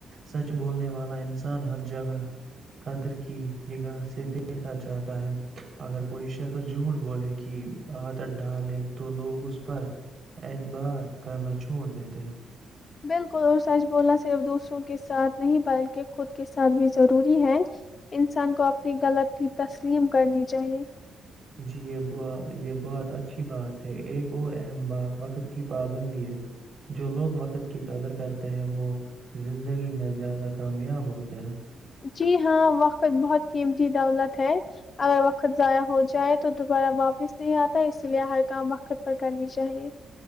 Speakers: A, on the right; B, on the left.
A: سچ بولنے والا انسان ہر جگہ قدر کی نگاہ سے دیکھا جاتا ہے اگر کوئی شخص جھوٹ بولے کی عادت ڈالے تو لوگ اس پر اعتبار کرنا چھوڑ دیتے ہیں
B: بالکل اور سچ بولنا صرف دوسروں کے ساتھ نہیں بلکہ خود کے ساتھ بھی ضروری ہے انسان کو اپنی غلط تسلیم کرنی چاہیئے
A: جی یہ ب یہ بہت اچھی بات ہے ایک اور اہم بات وقت کی پابندی ہے جو لوگ وقت کی قدر کرتے ہیں وہ زندگی میں زیادہ کامیاب ہوتے ہیں
B: جی ہاں وقت بہت قیمتی دولت ہے اگر وقت ضائع ہو جائے تو دوبارہ واپس نہیں آتا اس لیے ہر کام وقت پر کرنی چاہیے